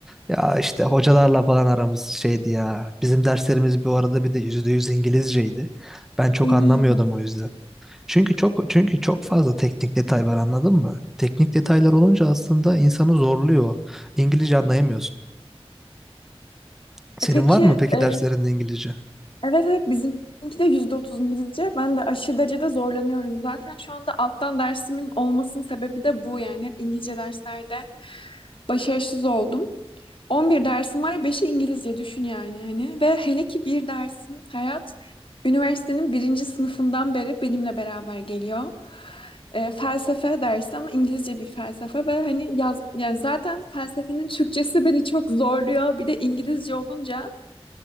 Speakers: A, in the centre; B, on the left.
A: Ya işte hocalarla falan aramız şeydi ya. Bizim derslerimiz bu arada bir de %100 İngilizceydi. Ben çok
B: Iy.
A: anlamıyordum o yüzden. Çünkü çok çünkü çok fazla teknik detay var anladın mı? Teknik detaylar olunca aslında insanı zorluyor. İngilizce anlayamıyorsun. Senin
B: E peki,
A: var mı peki
B: e,
A: derslerinde İngilizce?
B: evet evet bizimki de %30 İngilizce. Ben de aşırı derecede zorlanıyorum. Zaten şu anda alttan dersimin olmasının sebebi de bu yani. Hep İngilizce derslerde başarısız oldum. 11 dersim var, 5'i İngilizce düşün yani hani. Ve hele ki bir dersim Ferhat, üniversitenin birinci sınıfından beri benimle beraber geliyor. Ee, felsefe dersi ama İngilizce bir felsefe ve hani yaz yani zaten felsefenin Türkçesi beni çok zorluyor. Bir de İngilizce olunca